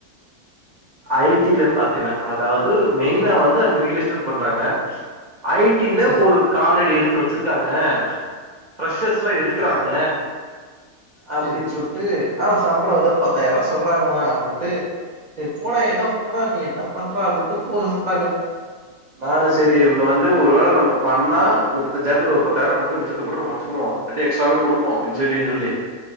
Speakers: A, on the right (about 80°); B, on the right (about 35°).
A: ஐ டி ல பாத்தேனா அதாவது மெயினா வந்து அவுங்க ரியல் எஸ்டேட் பண்றாங்க ஐ டி ல
B: சரி சரி
A: ஒரு காலடி எடுத்து வச்சிருக்காங்க ஃபிரஷ்ஸர்ஸ்லா எடுக்கறாங்க
B: ஓகே
A: அப்டின்
B: சரி
A: சொல்ட்டு ஆனா சம்பளோ வந்து பத்தாயிர்வா சொல்றாங்மா அப்டின்ட்டு சரி போடா ஏதோ போடா நீ என்ன பண்ற அப்டிட்டு போ சொல்ட்டாங்க நானு செரி இவுங்க வ ந்து ஒரு வேல நம்ம பண்ணா முப்பத்தஞ்சாயிரத்துல ஒரு பத்தாயர்வா குடுத்து மிச்சத்த கூட நம்ம வச்சுக்கிருவோ ட்டு எக்ஸ்ட்ராவே குடுப்போ ன் செரின் சொல்லி